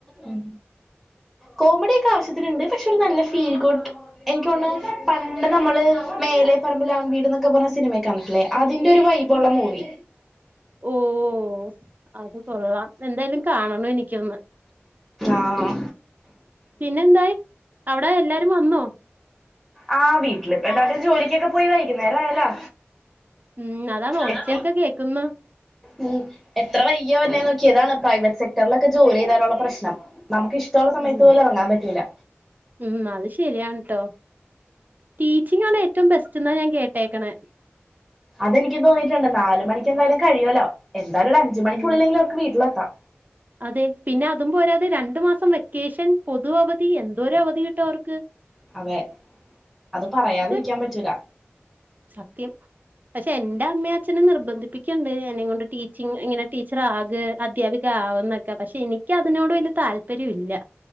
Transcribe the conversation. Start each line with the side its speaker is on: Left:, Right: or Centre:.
Centre: ഉം
Right: <inaudible>
Centre: കോമഡിയക്കെ ആവശ്യത്തിന്ണ്ട് പക്ഷെ ഒരു നല്ല ഫീൽ <unintelligible> എനിക്കോന്ന്ണ് പണ്ട് നമ്മള് മേലെ പറമ്പില് ആൺ വീട്ന്നൊക്കെ പറഞ്ഞ സിനിമയെ കണ്ടിട്ടില്ലേ അതിന്റൊരു വൈബുള്ള മൂവി
Right: ഓഹ് അത് കൊള്ളാം എന്തായാലും കാണണം എനിക്കൊന്ന്
Centre: ആഹ്
Right: പിന്നെ എന്തായി അവിടെ എല്ലാരും വന്നോ
Centre: ആഹ് വീട്ടിലിപ്പ എല്ലാരും ജോലിക്കൊക്കെ പോയി വൈകുന്നേരം ആയല്ലോ
Right: ഉം അതാണ് ഒച്ചയൊക്കെ
Centre: എത്തി
Right: കേക്കുന്ന്
Centre: ഉം എത്ര വെയ്കിയ വരണെ നോക്കിയെ ഇതാണ് പ്രൈവറ്റ് സെക്ടറിലൊക്കെ ജോലി ചെയ്താലുള്ള പ്രശ്നം നമുക്ക് ഇഷ്ടമുള്ള സമയത്ത്
Right: ഉം
Centre: പോലും ഇറങ്ങാൻ പറ്റൂല്ല
Right: ഉം അത് ശരിയാണ് ട്ടോ ടീച്ചിങ്ങ് ആണ് ഏറ്റവും ബെസ്റ്റ് എന്നാ ഞാൻ കേട്ടേക്കണെ.
Centre: അതെനിക്കും തോന്നിയിട്ടുണ്ട് നാല് മണിക്ക് എന്തായാലും കഴിയുവല്ലോ എന്തായാലും ഒരു അഞ്ച് മണിക്കുള്ളില്ലെങ്കിലും
Right: ഉം
Centre: അവർക്ക് വീട്ടിലെത്താം
Right: അതെ പിന്നെ അതും പോരാതെ രണ്ടു മാസം വെക്കേഷൻ പൊതു അവധി എന്തോരം അവധി കിട്ടും അവർക്ക്.
Centre: അതെ അത് പറയാതിരിക്കാൻ
Right: അതൊക്കെ
Centre: പറ്റൂല
Right: സത്യം പക്ഷെ എന്റെ അമ്മയും അച്ഛനും നിർബന്ധിപ്പിക്കണ്ട് എന്നെയും കൊണ്ട് ടീച്ചിങ് ഇങ്ങനെ ടീച്ചർ ആക് അധ്യാപിക ആവ് എന്നൊക്കെ പക്ഷെ എനിക്ക് അതിനോട് വലിയ താല്പര്യം ഇല്ല